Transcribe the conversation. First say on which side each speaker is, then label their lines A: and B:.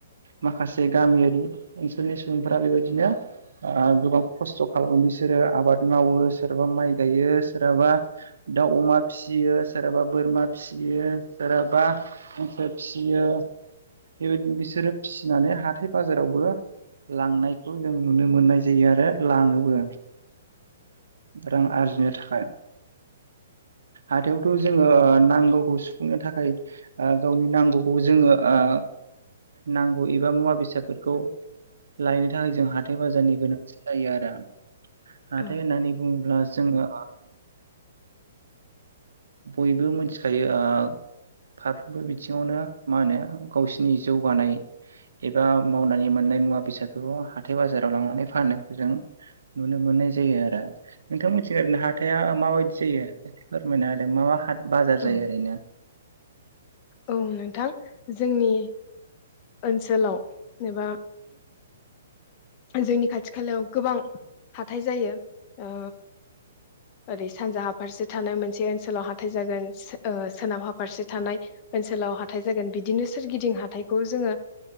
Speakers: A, on the right; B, on the left.
A: माखासे गामियारि ओनसोलनि सुबुंफोरा बेबायदिनो गोबां खस्थ' खालामो बिसोरो आबाद मावो सोरहाबा माइ गायो सोरहाबा दाउ अमा फिसियो सोरहाबा बोरमा फिसियो सोरहाबा हांसो फिसियो बेबायदिनो बिसोरो फिसिनानै हाथाय बाजारावबो लांनायखौ जों नुनो मोननाय जायो आरो लाङोबो रां आरजिनो थाखाय हाथायावथ' जोङो नांगौखौ सुफुंनो थाखाय गावनि नांगौखौ जोङो ओ नांगौ एबा मुवा बेसादफोरखौ लायनो थाखाय जों हाथाइ बाजारनि गोनांथि जायो आरो हाथाय
B: औ
A: होननानै बुङोब्ला जोङो बयबो मिथिखायो ओ फारफ्रोमबो बिथिङावनो मा होनो गावसिनि जौगानाय एबा मावनानै मोननाय मुवा बेसादफोरखौ हाथाय बाजाराव लांनानै फाननायखौ जों नुनो मोननाय जायो आरो नोंथां मोननिथिं ओरैनो हाथाया माबायदि जायो फोरमायना हो दे मा मा हाथाय बाजार
B: औ
A: जायो ओरैनो
B: औ नोंथां जोंनि ओनसोलाव जेनेबा जोंनि खाथि खालायाव गोबां हाथाइ जायो ओ ओरै सानजाहा फारसे थानाय मोनसे ओनसोलाव हाथाइ जागोन सो ओ सोनाब हा फारसे थानाय ओनसोलाव हाथाइ जागोन बिदिनो सोरगिदिं हाथाइखौ जोङो